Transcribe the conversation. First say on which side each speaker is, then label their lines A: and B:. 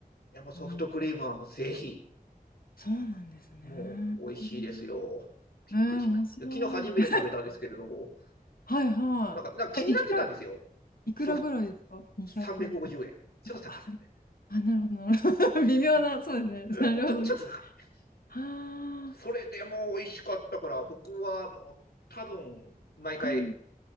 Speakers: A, on the left; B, on the left.
A: でもソフトクリームはもうぜひ、
B: うん、そうなんですね。
A: もう美味しいですよ。
B: うん
A: びっくりしました。
B: えー、面白い。
A: いや昨日初めて食べたんですけれど、
B: <laughs> はいはい。
A: なんか、なんか気になってたんですよ。
B: え、いくら、いくらぐらいですか
A: ソフト
B: ?200。
A: 350円。ちょっと高め。
B: あ、あそれあなるほど、なるほど。<laughs> 微妙な、そうですね。
A: うん、
B: なるほどね。
A: ちょちょっと高め。
B: はあ、
A: それでも美味しかったから、
B: そ
A: 僕はもう多分毎回
B: ううん。